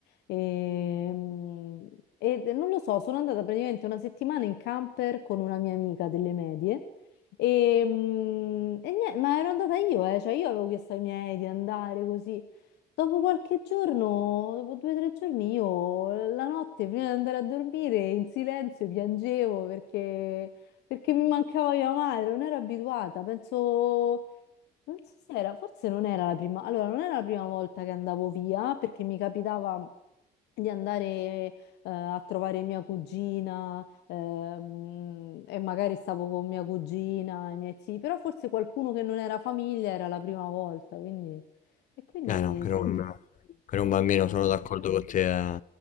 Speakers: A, on the left; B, on the left.
A: E, mm, e non lo so, sono andata praticamente una settimana in camper con una mia amica delle medie. E, mm, e niente, ma ero andata io, eh, cioè io avevo chiesto ai miei di andare così. Dopo qualche giorno, dopo due o tre giorni, io la notte prima di andare a dormire in silenzio piangevo perché... Perché mi mancava mia madre, non ero abituata, penso, non so se era, forse non era la prima, allora non era la prima volta che andavo via perché mi capitava di andare eh, a trovare mia cugina ehm, e magari stavo con mia cugina e i miei zii, però forse qualcuno che non era famiglia era la prima volta, quindi... E quindi
B: Eh no, per
A: sì,
B: un, per un bambino
A: però,
B: sono d'accordo con te. eh.